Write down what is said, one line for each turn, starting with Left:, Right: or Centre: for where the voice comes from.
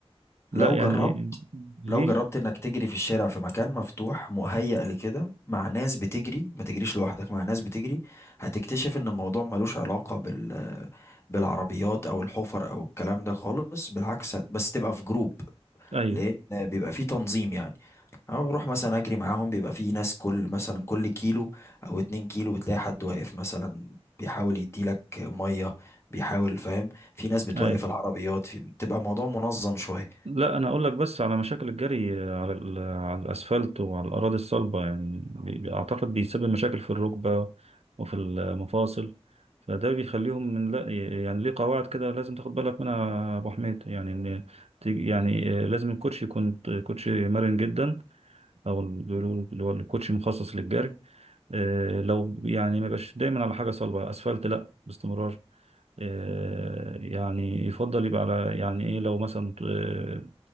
Right: لا
Left: لو
Right: يعني
Left: جربت
Right: ليه
Left: لو جربت انك تجري في الشارع في مكان مفتوح مهيأ لكده مع ناس بتجري ما تجريش لوحدك مع ناس بتجري هتكتشف ان الموضوع ملوش علاقة بال بالعربيات او الحفر او الكلام ده خالص بالعكس هت- بس تبقى في جروب
Right: ايوه
Left: لان بيبقى فيه تنظيم يعني انا بروح مثلا اجري معاهم بيبقى فيه ناس كل مثلا كل كيلو او اتنين كيلو بتلاقي حد واقف مثلا بيحاول يديلك ميه بيحاول فاهم في ناس بتوقف
Right: ايوه
Left: العربيات في بتبقى الموضوع منظم شويه
Right: لا انا اقول لك بس على مشاكل الجري آه، على ال- على الاسفلت وعلى الاراضي الصلبه يعني بي- بي- اعتقد بيسبب مشاكل في الركبه وفي المفاصل فده بيخليهم من لا يعني ليه قواعد كده لازم تاخد بالك منها يا ابو حميد يعني ان تيجي- يعني آه، لازم الكوتش يكون كوتشي مرن جدا او ال- بيقولوا اللي هو الكوتشي مخصص للجري آه، لو يعني ما يبقاش دايما على حاجه صلبه اسفلت لا باستمرار آه، يعني يفضل يبقى على يعني ايه لو مثلا آه،